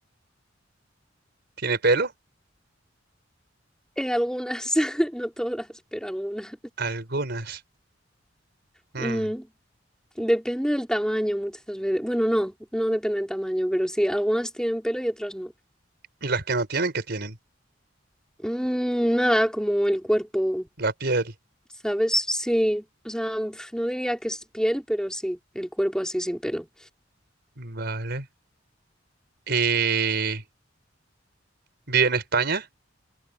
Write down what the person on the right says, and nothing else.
tiene pelo?
Algunas. Mm,
¿Y las que no tienen, qué tienen?
La piel.
Vale. ¿Y vive en España?